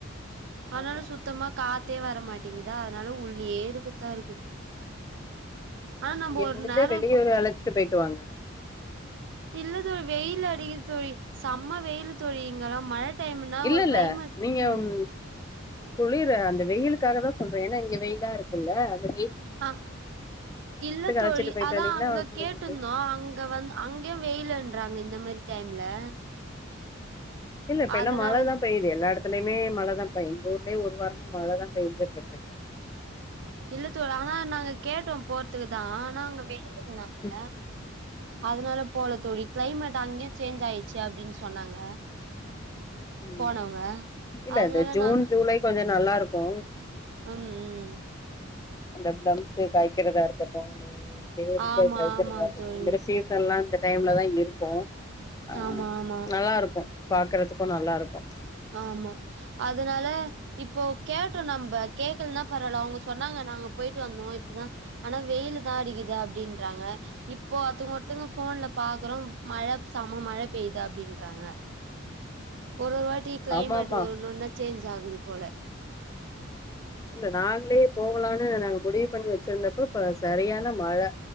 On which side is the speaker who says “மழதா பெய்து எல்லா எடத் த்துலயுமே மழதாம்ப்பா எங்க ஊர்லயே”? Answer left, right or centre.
Left